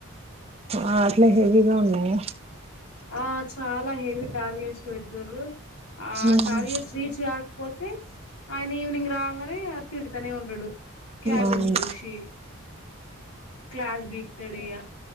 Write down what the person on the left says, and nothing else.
ఆ చాలా హెవి టార్గెట్స్ పెడతారు ఆ
టార్గెట్స్ రీచ్ గా పోతే ఆయన ఈవినింగ్ రాంగనె తిడుతానె ఉంటాడు క్యాబెన్కి
పిల్షి క్లాస్ బిక్తాడు ఇగ